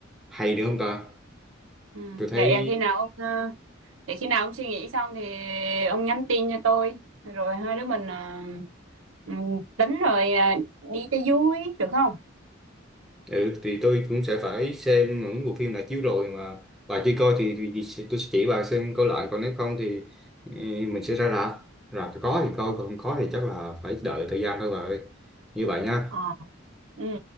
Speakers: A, in the centre; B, on the right.
A: hay nữa không ta
B: ừ.
A: tôi thấy
B: vậy à, khi nào ông ờ, để khi nào ông suy nghĩ xong thì ông nhắn tin cho tôi rồi hai đứa mình à, ừ, tính rồi à, đi cho vui được không
A: ừ, thì tôi cũng sẽ phải xem những bộ phim đã chiếu rồi mà bà chưa coi thì, thì sẽ- tôi sẽ chỉ bà xem coi lại còn nếu không thì ừ, mình sẽ ra rạp rạp thì có thì coi còn
B: Ừ.
A: không có thì chắc là phải đợi thời gian thôi bà ơi như vậy nha
B: ờ ừ